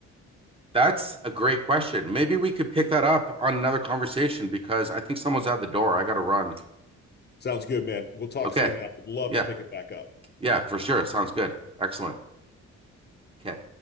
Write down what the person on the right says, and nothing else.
that's a great question. Maybe we could pick that up on another conversation because I think someone's at the door. I got to run.
Okay.
Yeah.
Yeah, for sure. Sounds good. Excellent. Okay.